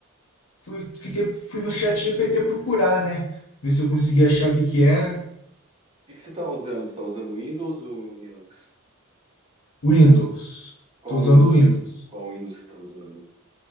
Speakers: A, on the left; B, on the right.
A: fui fiquei fui no chat GPT procurar, né? Ver se eu conseguia achar o que que era.
B: que que você tá usando? Você tá usando Windows ou Linux?
A: Windows.
B: Qual
A: Tô usando
B: Windows
A: o Windows.
B: que você, qual Windows que você tá usando?